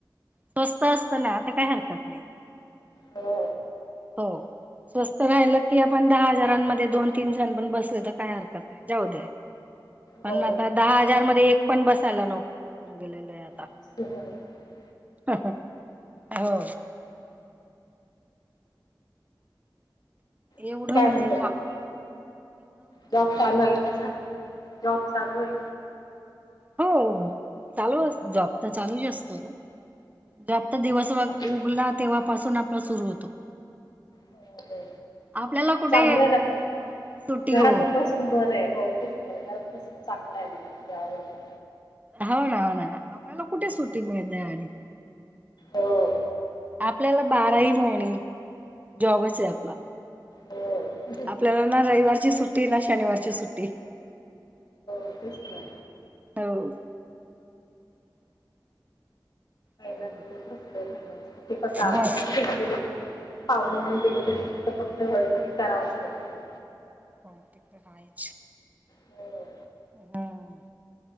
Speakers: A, on the right; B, on the left.
A: स्वस्थ असत ना तर काही हरकत नाही.
B: हो.
A: हो स्वस्त राहिलं की आपण दहा हजारांमध्ये दोन तीन जण पण बसले तर काय हरकत नाही. जाउद्या, पण
B: हो
A: आता दहा हजार मध्ये एक पण बसायला नको, गेलेलय आता.
B: <unintelligible>
A: हो. एवढं
B: आता काय
A: म्हणजे
B: म्हणते
A: महा
B: मग जॉब <inaudible> चालू आहे जॉब चालू आहे
A: हो <inaudible> चालू जॉब तर चालूच असतो जास्त
B: हम्म.
A: दिवस <inaudible> उगला तेव्हापासून आपला सुरू होतो
B: होा हो
A: आपल्याला कुठे
B: चांगलं आहे ना पण
A: सुट्टी
B: घरातून
A: हो
B: बसून बरं आहे हो तेच नाही कसून चांगला आहे मला आवडतं
A: हो ना हो ना आपल्याला कुठे सुटी मिळते आणि
B: हो
A: आपल्याला बाराही महिने जॉबच आहे आपला
B: हो, हो,
A: आपल्याला ना रविवारची सुट्टी ना शनिवारची सुट्टी
B: दिस हम्
A: हो काय
B: रस्
A: म्हणता?
B: जाा
A: हो
B: होण्या कले पाहुणे म्हण गेलं तरी फत फक्त हळहरी करावंचं लागतं
A: क तर हयच
B: हो.
A: हम्म